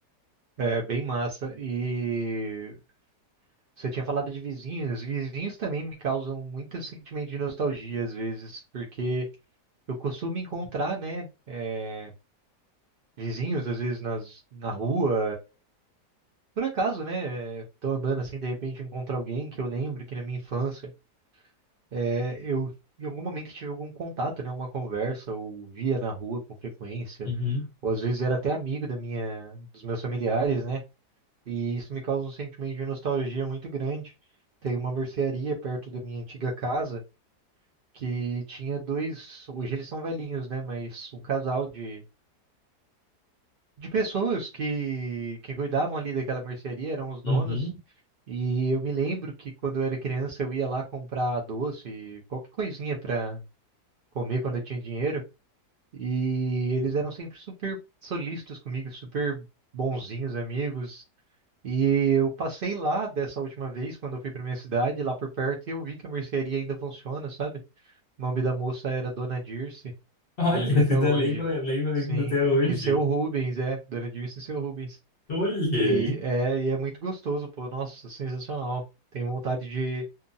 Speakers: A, on the right; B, on the left.
A: é bem massa. E você tinha falado de vizinhos. Vizinhos também me causam muito sentimento de nostalgia às vezes, porque eu costumo encontrar, né? eh, vizinhos, às vezes nas, na rua. Por acaso, né? Tô andando assim, de repente encontro alguém que eu lembro que na minha infância é, eu em algum momento tive algum contato, né? Uma conversa, ou via na rua com frequência,
B: Uhum,
A: ou às vezes era até amigo da minha, dos meus familiares, né? E isso me causa um sentimento de nostalgia muito grande. Tem uma mercearia perto da minha antiga casa que tinha dois, hoje eles são velhinhos, né? Mas um casal de de pessoas que, que cuidavam ali daquela mercearia, eram os donos.
B: uhum.
A: E eu me lembro que quando eu era criança eu ia lá comprar doce, qualquer coisinha pra comer quando eu tinha dinheiro. E eles eram sempre super solícitos comigo, super bonzinhos amigos. E eu passei lá dessa última vez, quando eu fui pra minha cidade, lá por perto, e eu vi que a mercearia ainda funciona, sabe? O nome da moça era Dona Dirce,
B: Olha,
A: lembro
B: <laughs>
A: até
B: ainda
A: hoje.
B: lembra, lembra
A: Sim.
B: ainda até hoje.
A: E seu Rubens, é, Dona Dirce e seu Rubens.
B: Olha
A: E
B: aí.
A: é, e é muito gostoso, pô. Nossa, sensacional. Tenho vontade de.